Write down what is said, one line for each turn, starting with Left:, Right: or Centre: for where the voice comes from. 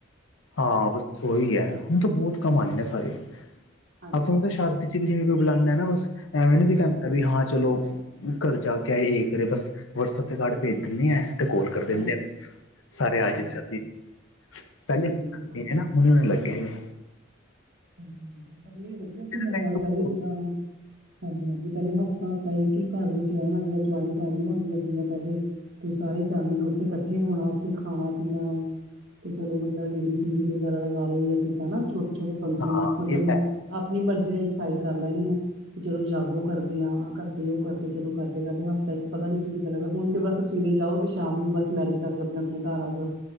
Left: ਹਾਂ, ਬਸ ਉਹੀ ਐ। ਹੁਣ ਤਾਂ, ਬਹੁਤ ਕੰਮ ਆਂਉਂਦੇ ਆ ਸਾਰੇ।
Right: ਹਾਂਜੀ
Left: ਆਪ ਨਾਂ
Right: ਹਾਂਜੀ ਹਾਂਜੀ
Left: ਨੂੰ, ਤਾਂ ਸ਼ਾਦੀ'ਚ ਵੀ ਜਿਵੇਂ ਕੋਈ ਬੁਲਾਉਂਦਾ ਨਾ, ਬਸ ਐਵੇਂ
Right: ਹਾਂਜੀ
Left: ਨੀ ਵੀ ਕਹਿੰਦਾ, ਵੀ ਹਾਂ ਚਲੋ। ਘਰ ਜਾਕੇ ਆਏ, ਇਹ ਕਰੇ ਬਸ ਵਟਸਐਪ ਤੇ ਕਾਰਡ ਭੇਜ ਦਿੰਨੇ ਆ। ਤੇ ਕੋਲ ਕਰਦੇ
Right: ਹਾਂਜੀ
Left: ਦਿੰਨੇ ਆ, ਸਾਰੇ ਆਜੌ
Right: ਹਾਂਜੀ
Left: ਸਬ ਜੀ, ਪਹਿਲੇ
Right: ਹਾਂਜੀ ਪਹਿਲੇ
Left: ਉਹਨੁੰ ਏ ਲੱਗਿਆ ਹੀ ਏ।
Right: ਹਾਂਜੀ, ਪਹਿਲੇ ਵਧੀਆ ਸੀ, ਮਾਹੌਲ
Left: ਦਾ ਟਾਈਮ
Right: ਪਹਿਲੇ ਜਿੱਦਾਂ। ਹਾਂਜੀ-ਹਾਂਜੀ, ਪਹਿਲੇ ਹਫ਼ਤਾ-ਹਫ਼ਤਾ ਇੱਕ ਹੀ ਘਰ ਵਿੱਚ ਰਹਿਣਾ, ਜ ਜੁਆਇੰਟ ਫੈਮਿਲੀਆਂ ਹੁੰਦੀਆਂ ਸੀਗੀਆਂ ਪਹਿਲੇ। ਤੇ ਸਾਰੇ ਫੈਮਲੀ ਨੇ ਉੱਥੇ ਇਕੱਠੇ ਹੋਣਾ, ਉੱਥੇ ਖਾਣਾ-ਪੀਣਾ ਤੇ ਚਲੋ, ਮਤਲਬ ਲੇਡੀਜ਼ ਸੰਗੀਤ ਵਗੈਰਾ ਲਗਾ ਲਓਂਗੇ ਜਿਦਾਂ ਨਾ ਛੋਟੇ-ਛੋਟੇ ਫੰਕਸ਼ਨ,
Left: ਹਾਂ
Right: ਮਤਲਬ
Left: ਇਹ ਤਾਂ
Right: ਆਪਣੀ ਮਰਜ਼ੀ ਨਾਲ ਡਿਸਾਈਡ ਕਰ ਲੈਣੇ ਆ, ਵੀ ਚਲੋ ਜਾਗੋ ਕਰਦੇ ਆਂ, ਆਹ ਕਰਦੇ, ਉਹ ਕਰਦੇ ਚਲੋ ਕਰਦੇ-ਕਰਦੇ ਹਫ਼ਤਾ ਇੱਕ ਪਤਾ ਨੀ ਸੀ ਕਿਦਾਂ ਲੱਗਦਾ, ਹੁਣ ਤੇ ਬਸ ਸਵੇਰੇ ਜਾਓ, ਤੇ ਸ਼ਾਮ ਨੂੰ ਬਸ ਮੈਰਿਜ ਕਰਕੇ, ਅਪਣੇ-ਅਪਣੇ ਘਰ ਆ ਜਾਓ।